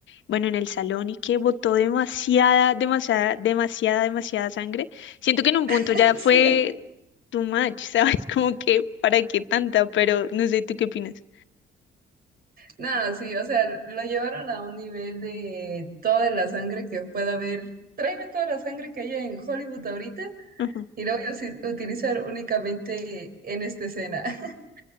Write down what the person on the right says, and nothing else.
<laughs>
Sí.
Nada, sí, o sea, lo llevaron a un nivel de toda la sangre que pueda haber. Tráeme toda la sangre que haya en Hollywood ahorita
y la voy a usi- utilizar únicamente en esta escena. <laughs>